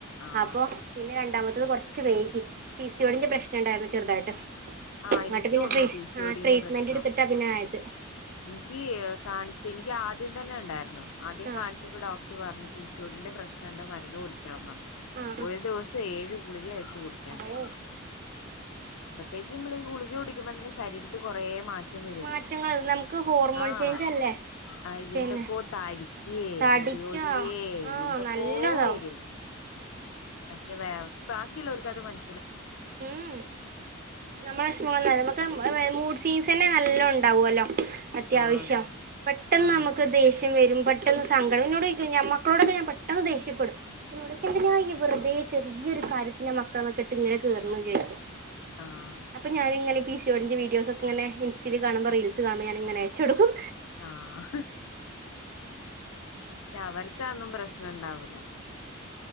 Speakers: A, on the left; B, on the right.
A: ആഹ്
B: അപ്പൊ
A: ശരി
B: പിന്നെ രണ്ടാമത്തത് കുറച്ച് കുറച്ച് വൈകി പി സി ഓ ഡി ൻ്റെ പ്രശ്നം ഉണ്ടായിരുന്നു. ചെറുതായിട്ട്
A: ആഹ്
B: എന്നട്ട്
A: എനിക്കും
B: പിന്നെ
A: ഉണ്ട്
B: ട്രീ
A: പി സി
B: ആഹ്
A: ഒ ഡിന്റെ
B: ട്രീറ്റ്മെന്റ്
A: പ്രശ്നം
B: എടുത്തിട്ടാ പിന്നെ ആയത്.
A: എനിക്ക് കാണിച്ചു എനിക്ക് ആദ് ദ്യം തന്നെ ഉണ്ടായിരുന്നു ആദ്യം
B: ആ
A: കാണിച്ചപ്പോ ഡോക്ടർ പറഞ്ഞു പി സി ഓ ഡി ൻ്റെ പ്രശ്നുണ്ട് മരുന്ന് കുടി പറഞ്ഞ്
B: ആ
A: ഒരു ദിവസം ഏഴു ഗുളിക വെച്ചു കുടിക്കാണ്ടായിനി.
B: ആ ഓ
A: അപ്പഴത്തേക്ക് നമ്മൾ ഈ ഗുളിക കുടിക്കുമ്പോ തന്നെ ശരീരത്തി കുറേ മാ റ്റം വരുല്ലോ
B: മാറ്റങ്ങൾ നമുക്ക് ഹോർമോൺ
A: ആഹ്
B: ചേഞ്ച് അല്ലേ
A: ആഹ്
B: പിന്നെ
A: എന്തൊക്കോ തടിക്കേ
B: തടിക്ക
A: മുടി കൊഴിയെ
B: ആഹ്
A: എന്തൊക്കോ
B: നല്ലതാവും
A: വരേരുന്നു. പക്ഷെ ബാക്കിയുള്ളവർക്ക് അത് മന
B: ഉം നമ്മളെ വിഷമ നമുക്ക് മൂഡ് സ്വിൻ നല്ലോം ണ്ടാവോലോ അത്യാവശ്യം
A: ആഹ് അതെ
B: പെട്ടെന്ന്
A: ആഹ്
B: നമ്മക്ക് ദേഷ് വരും പെട്ടെന്ന് സങ്കടം എന്നോട് ചോയ്ക്കും മക്കളോടൊക്കെ ഞാൻ പെട്ടെന്ന് ദേഷ്യപ്പെടും അപ്പന്നോട് ചോയ്ക്കും എന്തിനാ ഇയ്യ് വെർതേ ചെറിയൊരു കാര്യത്തിന് മക്കളൊക്കെട്ട് ങ്ങനെ ചീർന്ന് കേക്കും
A: ആഹ്
B: അപ്പോ ഞാനിങ്ങനെ പിഷ് ടിന്റെ വീഡിയോസൊക്കെ ഇങ്ങെനെ ഇൻസ്റ്റയിൽ കാണുമ്പോ റീൽസ് കാണുമ്പോ ഞാനിങ്ങനെ അയച്ചൊടുക്കും.
A: ആഹ് ച്ചാ അവർ ക്കാതൊന്നും പ്രശ്നണ്ടാവൂല.